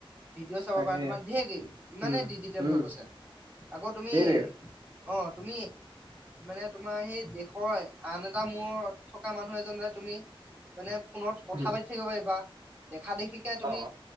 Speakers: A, on the right; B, on the right.
A: ভিডিঅ' চাব
B: তাকে
A: পাৰা, তোমাৰ ধেই গে, ইমানেই
B: উম,
A: ডিজিটেল
B: উম,
A: হৈ গৈছে আকৌ তুমি
B: এইটোৱে
A: অ' তুমি মানে তোমাৰ সেই দেশৰ আন এটা মূৰত থকা মানুহ এজনলৈ তুমি মানে ফোনত কথা
B: উম,
A: পাতি থাকিব পাৰিবা, দেখা দেখি কে তুমি
B: অ',